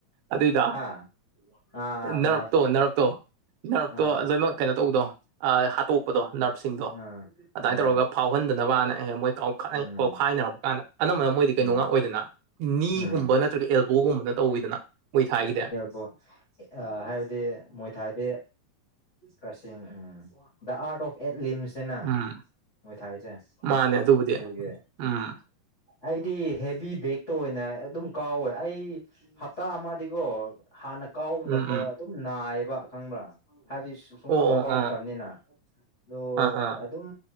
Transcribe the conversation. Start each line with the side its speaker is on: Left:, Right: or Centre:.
Right: ꯑꯗꯨꯏꯗ
Left: ꯍꯥ ꯑꯥ
Right: ꯅ꯭ꯥꯔꯞꯇꯣ
Left: ꯅꯔꯐ
Right: ꯅꯥ꯭ꯔꯞꯇꯣ ꯅꯥ꯭ꯔꯞꯇꯣ
Left: ꯑꯥ
Right: ꯂꯣꯏꯅꯃꯛ ꯀꯩꯅꯣ ꯇꯧꯕꯗꯣ ꯍꯥꯠꯇꯣꯛꯄꯗꯣ ꯅꯥ꯭ꯔꯞꯁꯤꯡꯗꯣ
Left: ꯑꯥ
Right: ꯑꯗꯨꯃꯥꯏꯅ
Left: ꯑꯥ
Right: ꯇꯧꯔꯒ ꯐꯥꯎꯍꯟꯗꯅꯕꯅ ꯑꯩ ꯃ‌ꯣꯏ ꯍꯦꯛ ꯃꯣꯏ ꯀꯥꯎꯈꯠꯅꯩ
Left: ꯎꯝ
Right: ꯀꯧꯈꯥꯏꯅꯔꯛꯄ ꯀꯥꯟꯗ ꯑꯅꯝꯕꯅ ꯃꯣꯏꯗꯤ
Left: ꯎꯝ
Right: ꯀꯩꯅꯣ ꯉꯥꯛ ꯑꯣꯏꯗꯅ ꯅꯤꯒꯨꯝꯕ
Left: ꯎꯝ
Right: ꯅꯠꯇ꯭ꯔꯒ ꯑꯦꯜꯕꯣꯒꯨꯝꯕꯅ ꯇꯧꯋꯤꯗꯅ ꯃꯣꯏ ꯊꯥꯒꯤꯗ
Left: ꯕꯣ ꯍꯥꯏꯕꯗꯤ ꯃꯣꯏꯊꯥꯗꯤ ꯀꯛꯆꯤꯡ ꯎꯝ ꯗ ꯑꯥꯔꯠ ꯑꯣꯐ ꯑꯦꯠꯂꯤꯝꯁꯁꯤꯅ
Right: ꯎꯝ
Left: ꯃꯣꯏ ꯊꯥꯏꯁꯦ
Right: ꯃꯥꯅꯦ ꯑꯗꯨꯕꯨꯗꯤ
Left: ꯑꯗꯨꯒꯤ
Right: ꯎꯝ
Left: ꯑꯩꯗꯤ ꯍꯦꯚꯤ ꯕꯦꯛꯇ ꯑꯣꯏꯅ ꯑꯗꯨꯝ ꯀꯥꯎꯋꯦ ꯑꯩ ꯍꯞꯇꯥ ꯑꯃꯗꯤꯀꯣ ꯍꯥꯟꯅ ꯀꯥꯎꯕ ꯃꯇꯝꯗ
Right: ꯎꯝ ꯎꯝ
Left: ꯑꯗꯨꯝ ꯅꯥꯏꯌꯦꯕ ꯈꯪꯕ꯭ꯔꯥ ꯍꯥꯏꯕꯗꯤ ꯁ ꯁꯨꯝ
Right: ꯑꯣ
Left: ꯀꯥꯎ
Right: ꯑꯣ
Left: ꯀꯥꯎꯔꯛꯇꯕꯅꯤꯅ
Right: ꯑꯥ
Left: ꯑꯣ
Right: ꯑꯥ ꯑꯥ
Left: ꯑꯗꯨꯝ